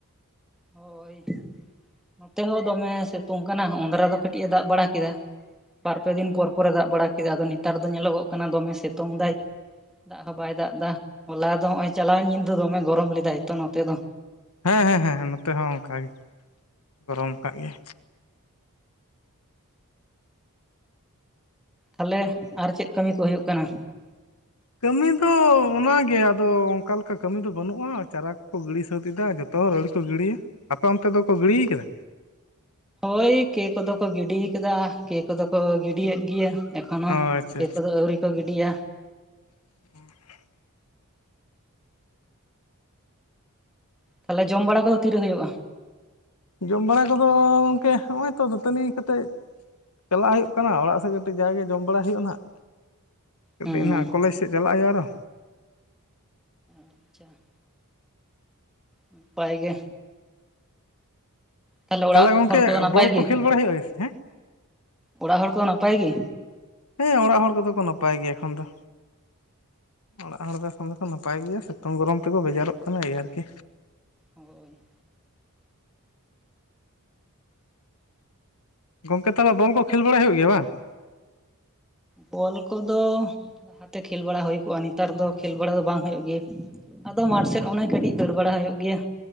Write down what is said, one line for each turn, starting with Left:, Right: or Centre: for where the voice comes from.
Centre: ᱦᱳᱭ, ᱱᱚᱛᱮ ᱦᱚᱸ ᱫᱚᱢᱮ ᱥᱮᱛᱳᱝ ᱠᱟᱱᱟ ᱩᱸᱫᱨᱟ ᱫᱚ ᱠᱟᱹᱴᱤᱡᱼᱮ ᱫᱟᱜ ᱵᱟᱲᱟ ᱠᱮᱫᱟ᱾ ᱵᱟᱨ, ᱯᱮ ᱫᱤᱱ ᱯᱚᱨ-ᱯᱚᱨᱮ ᱫᱟᱜ ᱵᱟᱲᱟ ᱠᱮᱫᱟ᱾ ᱟᱫᱚ ᱱᱮᱛᱟᱨ ᱫᱚ ᱧᱮᱞᱚᱜᱚᱜ ᱠᱟᱱᱟ, ᱫᱚᱢᱮ ᱥᱮᱛᱳᱝ ᱫᱟᱭ᱾ ᱫᱟᱜ ᱦᱚ ᱵᱟᱭ ᱫᱟᱜ ᱫᱟ ᱦᱚᱞᱟ ᱫᱚ, ᱦᱚᱸᱜᱼᱚᱸᱭ ᱪᱟᱞᱟᱣᱮᱱ ᱧᱤᱫᱟᱹ ᱫᱚᱢᱮ ᱜᱚᱨᱚᱢ ᱞᱮᱫᱟᱭ ᱛᱚ, ᱱᱚᱛᱮ ᱫᱚ᱾
Left: ᱦᱮᱸ, ᱦᱮᱸ, ᱦᱮᱸ, ᱦᱮᱸ, ᱱᱚᱛᱮ ᱦᱚᱸ ᱚᱝᱠᱟ ᱜᱮ ᱜᱚᱨᱚᱢ ᱠᱟᱜ ᱜᱮᱭᱟ᱾
Centre: ᱛᱟᱞᱮ ᱟᱨ ᱪᱮᱜ ᱠᱟᱹᱢᱤ ᱠᱚ ᱦᱩᱭᱩᱜ ᱠᱟᱱᱟ?
Left: ᱠᱟᱹᱢᱤ ᱫᱚᱻ ᱚᱱᱟ ᱜᱮ, ᱟᱫᱚ ᱚᱝᱠᱟ ᱞᱮᱠᱟ ᱠᱟᱹᱢᱤ ᱫᱚ ᱵᱟᱹᱱᱩᱜᱼᱟᱸᱻ᱾ ᱪᱟᱨᱟ ᱠᱚ-ᱠᱚ ᱜᱤᱲᱤ ᱥᱟᱹᱛ ᱮᱫᱟ ᱡᱚ ᱛᱚ ᱨᱟᱹᱣᱲᱤ ᱠᱚ ᱜᱤᱲᱤᱭᱟ, ᱟᱯᱮ ᱚᱱᱛᱮ ᱫᱚᱠᱚ ᱜᱤᱲᱤᱭ ᱠᱟᱫᱟ?
Centre: ᱳᱭ ᱠᱮ ᱠᱚ ᱫᱚ ᱠᱚ ᱜᱤᱰᱤᱭ ᱠᱟᱫᱟ, ᱠᱮ ᱠᱚᱫᱚ ᱠᱚ ᱜᱤᱰᱤᱭᱮᱫ ᱜᱮᱭᱟ᱾ ᱮᱠᱷᱚᱱᱳ
Left: ᱚ ᱟᱪᱪᱷᱟ
Centre: ᱠᱮ ᱠᱚ ᱫᱚ ᱟᱹᱣᱨᱤ ᱠᱚ ᱜᱤᱰᱤᱭᱟ᱾
Left: ᱟᱨ <unintelligible>
Centre: ᱛᱟᱞᱮ ᱡᱚᱢ ᱵᱟᱲᱟ ᱠᱚᱫᱚ ᱛᱤᱨᱮᱹ ᱦᱩᱭᱩᱜᱼᱟ᱾
Left: ᱡᱚᱢ ᱵᱟᱲᱟ ᱠᱚᱫᱚ ᱜᱚᱝᱠᱮ, ᱦᱚᱸᱜᱼᱚᱸᱭ ᱛᱚ ᱫᱟᱹᱛᱟᱹᱱᱤ ᱠᱟᱛᱮᱜ ᱪᱟᱞᱟᱜ ᱦᱩᱭᱩᱜ ᱠᱟᱱᱟ ᱚᱲᱟᱜ ᱥᱮᱡ, ᱠᱟᱹᱴᱤᱡ ᱡᱟᱜᱮ ᱡᱚᱢ ᱵᱟᱲᱟᱭ ᱦᱩᱭᱩᱜᱼᱟ ᱱᱟᱦᱟᱜ᱾ ᱠᱟᱹᱴᱤᱡ
Centre: ᱦᱩᱸ
Left: ᱱᱟᱦᱱᱟᱜ ᱠᱚᱞᱮᱡᱽ ᱥᱮᱜ ᱪᱟᱞᱟᱜ ᱦᱩᱭᱩᱜᱼᱟ, ᱟᱨᱚ᱾
Centre: ᱟᱪᱪᱟ᱾ ᱱᱟᱯᱟᱭ ᱜᱮ, ᱛᱟᱦᱚᱞᱮ ᱚᱲᱟᱜ
Left: ᱛᱟᱞᱮ ᱜᱚᱝᱠᱮ,
Centre: ᱦᱚᱲ ᱠᱚᱫᱚ ᱱᱟᱯᱟᱭ
Left: ᱵᱚᱞ
Centre: ᱜᱮ?
Left: ᱠᱚ ᱠᱷᱮᱹᱞ ᱵᱟᱲᱟ ᱦᱩᱭᱩᱜ ᱮᱭᱮᱥ ᱦᱮᱸᱲ?
Centre: ᱚᱲᱟᱜ ᱦᱚᱲ ᱠᱚᱫᱚ ᱱᱟᱯᱟᱭ ᱜᱮ?
Left: ᱦᱮᱸᱻ, ᱚᱲᱟᱜ ᱦᱚᱲ ᱠᱚᱫᱚ ᱠᱚ ᱱᱟᱯᱟᱭ ᱜᱮᱭᱟ ᱮᱠᱷᱚᱱ ᱫᱚ᱾ ᱚᱲᱟᱜ ᱦᱚᱲ ᱫᱚ ᱥᱚᱢᱮ ᱠᱚ ᱱᱟᱯᱟᱭ ᱜᱮᱭᱟ, ᱥᱤᱛᱩᱝ, ᱜᱚᱨᱚᱢ ᱛᱮᱠᱚ ᱵᱮᱡᱟᱨᱚᱜ ᱠᱟᱱᱟ ᱮᱭᱟᱨᱠᱤ᱾
Centre: ᱦᱚᱭ᱾
Left: ᱜᱚᱝᱠᱮ, ᱛᱟᱞᱮ ᱵᱚᱞ ᱠᱚ ᱠᱷᱮᱹᱞ ᱵᱟᱲᱟ ᱦᱩᱭᱩᱜ ᱜᱮᱭᱟ ᱵᱟᱝ?
Centre: ᱵᱚᱞ ᱠᱚᱫᱚᱦ ᱞᱟᱦᱟ ᱛᱮ ᱠᱷᱮᱹᱞ ᱵᱟᱲᱟ ᱦᱩᱭ ᱠᱚᱜᱼᱟ, ᱱᱮᱛᱟᱨ ᱫᱚ ᱠᱷᱮᱹᱞ ᱵᱟᱲᱟ ᱫᱚ ᱵᱟᱝ ᱦᱩᱭᱩᱜ ᱜᱮᱭᱟ᱾ ᱟᱫᱚ ᱢᱟᱴᱷ ᱥᱮᱫ ᱚᱱᱮ ᱠᱟᱹᱴᱤᱡ ᱫᱟᱹᱲ ᱵᱟᱲᱟ ᱦᱩᱭᱩᱜ ᱜᱮᱭᱟ᱾